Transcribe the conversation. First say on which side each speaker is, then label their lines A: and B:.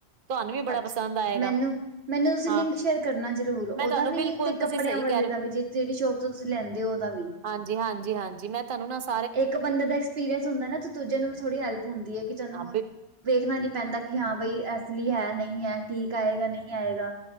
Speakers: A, on the right; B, on the right.
A: ਤੁਹਾਨੂੰ ਵੀ ਬੜਾ
B: ਅੱਛ
A: ਪਸੰਦ ਆਏਗਾ।
B: ਮੈਨੂੰ ਮੈਨੂੰ ਤੁਸੀਂ
A: ਹਾਂ
B: ਲਿੰਕ ਸ਼ੇਅਰ ਕਰਨਾ ਜ਼ਰੂਰ
A: ਮੈਂ
B: ਓਦਾ
A: ਤੁਹਾਨੂੰ
B: ਵੀ
A: ਬਿਲਕੁਲ
B: ਤੇ
A: ਤੁਸੀਂ
B: ਕੱਪੜਿਆਂ
A: ਸਹੀ
B: ਵਾਲੇ
A: ਕਹਿ ਰਹੇ
B: ਦਾ ਵੀ ਜ ਜੇੜੀ ਸ਼ੋਪ ਤੁਸੀ ਲੈਂਦੇ ਹੋ ਉਹਦਾ ਵੀ।
A: ਹਾਂਜੀ-ਹਾਂਜੀ, ਹਾਂਜੀ ਮੈਂ ਤੁਹਾਨੂੰ ਨਾ ਸ
B: ਇੱਕ ਬੰਦੇ ਦਾ ਐਕਸਪੀਰੀਅੰਸ ਹੁੰਦਾ ਨਾ ਤੇ ਦੂਜੇ ਨੂੰ ਵੀ ਥੋੜੀ ਹੈਲਪ ਹੁੰਦੀ ਹੈ ਕਿ ਚਨੂ
A: ਕਰਦਾ
B: ਵੇਖਣਾ ਨੀ ਪੈਂਦਾ ਕੀ ਹਾਂ ਬਈ ਏਹ ਅਸਲੀ ਹੈ ਨਈ ਐ ਠੀਕ ਆਏਗਾ ਨਈ ਆਏਗਾ।